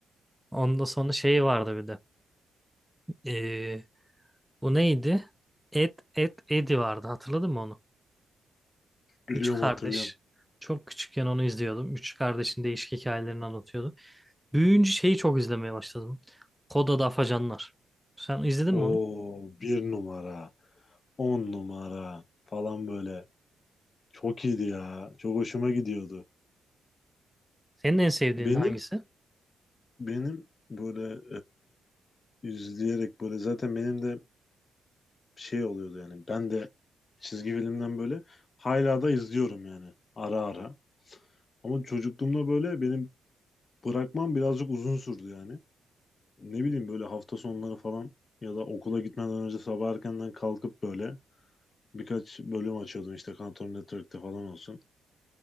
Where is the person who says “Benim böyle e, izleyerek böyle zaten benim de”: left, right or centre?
Left